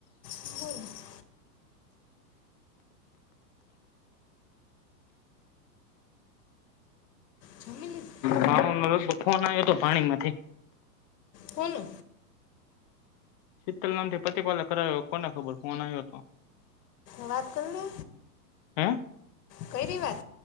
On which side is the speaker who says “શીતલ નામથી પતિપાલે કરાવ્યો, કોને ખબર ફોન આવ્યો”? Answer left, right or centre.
Left